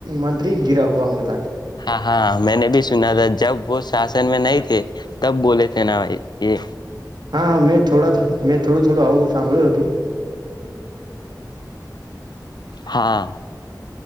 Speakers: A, on the right (about 75°); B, on the left (about 75°).
A: મંત્રી ગિરા હુવા હોતા હૈ
B: હા હા મેને ભી સુના થા જબ વ શાસન મે નહી થે તબ બોલે થે ના એ
A: હા હા મેં થોડા મેં થોડું થડું આવું સાંભળ્યું હતું
B: હા